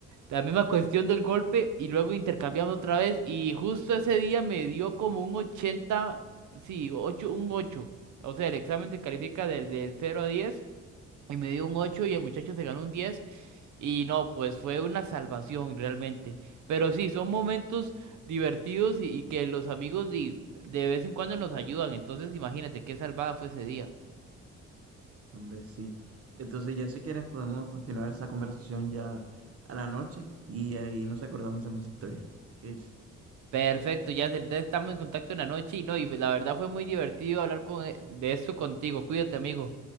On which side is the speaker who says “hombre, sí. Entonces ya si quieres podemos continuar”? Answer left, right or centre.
Right